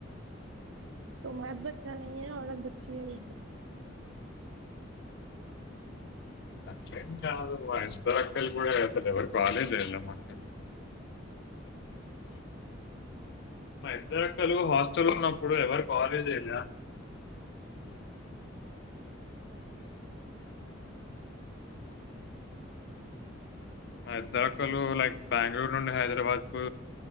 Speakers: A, on the right (about 75°); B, on the left (about 60°).
A: త మద బచ్చా న ఔత బచ్చీ బధ
B: అట్లేం కాదు మా ఇద్దరు అక్కలు కూడాస్తారు ఎవరు కాలేజ్ వెయాల అక్కలకి మా ఇద్దరక్కలు హాస్టల్ ఉన్నప్పుడు ఎవరు కవాలేజ్యలే అ మా ఇద్దరక్కళ్ళు లైక్ బెంగళూరు నుండి హైదరాబాద్ కు